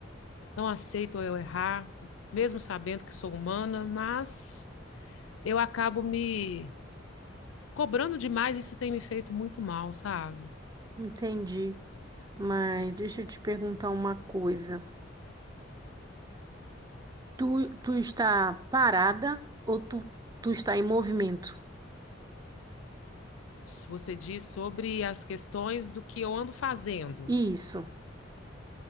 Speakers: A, on the left; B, on the right.
A: não aceito eu errar, mesmo sabendo que sou humana, mas eu acabo me cobrando demais e isso tem me feito muito mal, sabe?
B: Entendi. Mas deixa eu te perguntar uma coisa. Tu, tu está parada ou tu, tu está em movimento?
A: Você diz sobre as questões do que eu ando fazendo.
B: Isso.